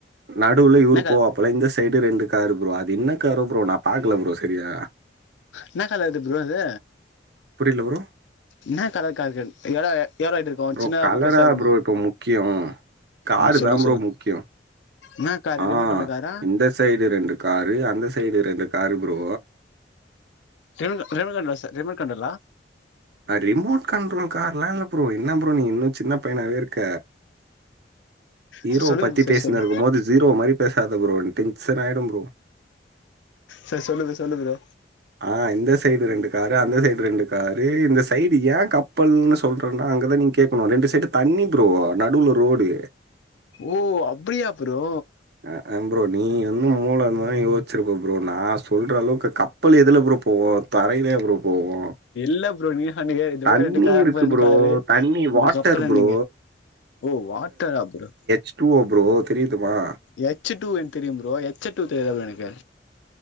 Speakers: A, on the right; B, on the left.
A: நடுவுல இவுருப்போவாப்பல
B: என்ன கலர்
A: இந்த சைடு ரெண்டு காரு ப்ரோ அது இன்ன காரு ப்ரோ நா பாக்குல ப்ரோ செரியா
B: என்னா கலர்இது ப்ரோ அது
A: புரியல ப்ரோ.
B: என்னா கலர்கார்கள் எட யார் ஆய்ட்டு இருக்கு
A: ப்ரோ
B: சின்னதாருக்கு
A: கலரா
B: பெருசா இருக்குமா
A: ப்ரோ இப்போ முக்கியம். காரு
B: ம் சொல்லுங்க
A: தான் ப்ரோ
B: சொல்லுங்க
A: முக்கியம்.
B: என்ன காரு
A: ஆ
B: ரிமோட்க்கண்ல காரா
A: இந்த சைடு ரெண்டு காரு அந்த சைடு ரெண்டு காரு ப்ரோ
B: ரிமோ ரிமோகண் லஸ் ரிமோட்கண்ட்ரல்லா
A: ரிமோட் கண்ட்ரோல்கார்லா இல்ல ப்ரோ என்னா ப்ரோ நீ இன்னு சின்ன பையனாவே இருக்க இரோ
B: சார் சொல்லுங்க
A: பத்தி
B: சார்
A: பேசினிருக்கு
B: சொல்லு
A: மோது ஸிரோ மாரி பேசாத ப்ரோ எனக் டென்ஷன் ஆயிடு ப்ரோ
B: சேர் சொல்லுது சொல்லு ப்ரோ
A: அ இந்த சைடு ரெண்டு காரு அந்த சைடு ரெண்டு கா டு இந்த சைடு ஏ கப்பல்ன்னு சொல்றன்னா அங்கதா நீங்க கேக்கணு ரெண்டு சைடு தண்ணி ப்ரோ நடுவுல ரோடு
B: ஓ அப்டியா ப்ரோ
A: ஹக்கம் ப்ரோ நீ வந்து மூல இர்ந்தா யோசிச்சிருப்ப ப்ரோ நா சொல்ற அளவுக்கு கப் ப்பல் எதுல ப்ரோ போவு தரையிலயா ப்ரோ போவு
B: இல்ல ப்ரோ நீ ஹனுக இந்தப்பக்க
A: தண்ணி
B: ரெண்டு கார்
A: இருக்கு
B: அந்தப்பக்க ரெண்டு
A: ப்ரோ
B: காரு
A: தண்ணி
B: இது
A: வாட்டர்
B: கப்பல
A: ப்ரோ
B: நீங்க ஓ வாட்டர்ரா ஆ ப்ரோ
A: ஸ்டூவா ப்ரோ தெரியுதுமா
B: எஹ ச் டு எனக்கு தெரியு ப்ரோ எஹ ச் ச டூ தெரியாத ப்ரோ எனக்கு